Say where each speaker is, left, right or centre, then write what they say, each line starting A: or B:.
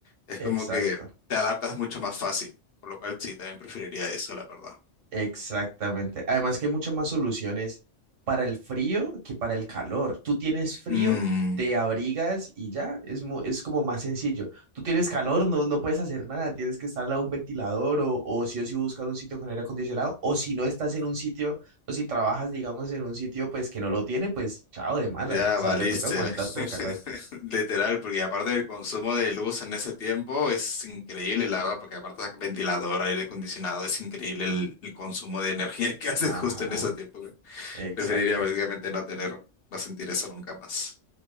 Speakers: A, on the left; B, on the right.
A: Es
B: Exacto.
A: como que te adaptas mucho más fácil, por lo cual sí, también preferiría eso, la verdad.
B: Exactamente. Además que hay muchas más soluciones para el frío que para el calor. Tú tienes frío,
A: Mm.
B: te abrigas y ya, es, mu- es como más sencillo. Tú tienes calor, no, no puedes hacer nada, tienes que estar a un ventilador o, o sí o sí buscar un sitio con aire acondicionado o si no estás en un sitio o si trabajas, digamos, en un sitio pues que no lo tiene, pues chao de malas,
A: Ya
B: o sea,
A: valiste.
B: te toca aguantarte
A: <laughs>
B: el calor.
A: Literal, porque aparte del consumo de luz en ese tiempo es increíble, la verdad, porque aparte de ventilador, aire acondicionado, es increíble el, el consumo de energía que <laughs> haces
B: Ajá,
A: justo en esa época.
B: exacto,
A: Preferiría básicamente no tener, no sentir eso nunca más.